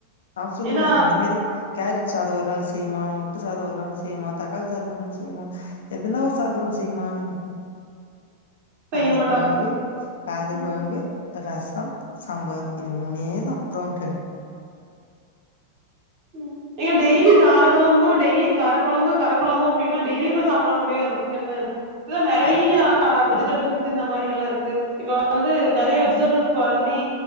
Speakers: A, on the left; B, on the right.
A: நா சொல்லுவே
B: ஏன்னா
A: இந்த மேரி கேரட் சாதோ ஒரு நாள் செய்யுமா முட் முட்ட சாதோ ஒரு நாள் செய்யுமா தக்காளி சாதோ ஒரு நாள் செய்யுமா எதனா ஒரு சாதோ செய்யுமான்னு காரகொழம்பு
B: செய்ய மாட்டாங்க
A: காரகொழம்பு
B: ம்
A: ரசம் சாம்பார் இது மூனே தா டோன் டன்
B: ம் ஐயோ டெய்லி கார கொழம்பு டெய்லி கார கொழம்பு கார கொழம்பு அப்படின்னா டெய்லியுமா சாப்பிட முடியு அதுக்குனு இல்ல நெறயா
A: அது
B: ஆ வெஜிடபிள்ஸ் இந்த மாரி எல்லா இருக்கு இப்ப வந்து நெறயா வெஜிடபிள் பண்ணி